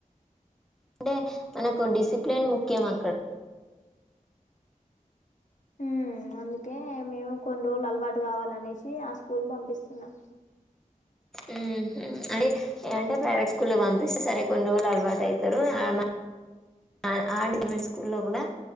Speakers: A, in the centre; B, on the left.
A: అంటే మనకు డిసిప్లిన్ ముఖ్యం అక్కడ్
B: ఉమ్ అందుకే మేము కొన్ని రోలు అలవాటు కావాలనేసి ఆ స్కూల్ కి పంపిస్తున్నాం.
A: ఊమ్ ఊ అంటే ఇగ అంటే ప్రైవేట్ స్కూల్లోకి పంపిస్తే సరే కొన్ని రోజులు అలవాటు అయితారు ఆ <inaudible> గవర్నమెంట్ స్కూల్లో కూడా